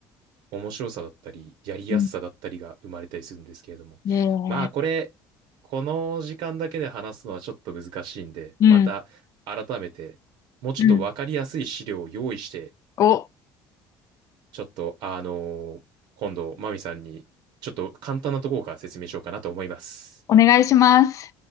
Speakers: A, on the right; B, on the left.
A: う、面白さだったり、やりやすさだったりが生まれたりするんですけれども。
B: うんえー、
A: まあ、これ、この時間だけで話すのはちょっと難しいんで、
B: うん。
A: また改めて、もうちょっとわかりやすい資料を用意して、
B: うん。お、
A: ちょっと、あの今度、マミさんに、ちょっと簡単なところから説明しようかなと思います。
B: お願いします。